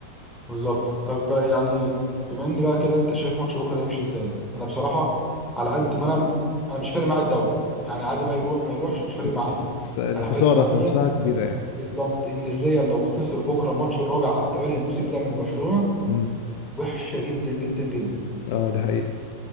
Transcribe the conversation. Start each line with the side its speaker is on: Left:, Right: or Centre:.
Centre: بالظبط طب بقى يعني بما ان بقى كده انت شايف ماتش بكره ده يمشي ازاي؟ انا بصراحه على قد ما انا انا مش فارق معايا الدوري يعني عادي بقى يروح ما يروحش مش فارق
Left: مم.
Centre: معايا
Left: بس الخسارة
Centre: انا فارق معايا
Left: في نفسها كبيرة يعني
Centre: بالظبط ان الريال لو خسر بكره الماتش الرابع على التوالي الموسم ده من برشلونه
Left: مم.
Centre: وحشه جدا جدا جدا
Left: اه دي حقيقة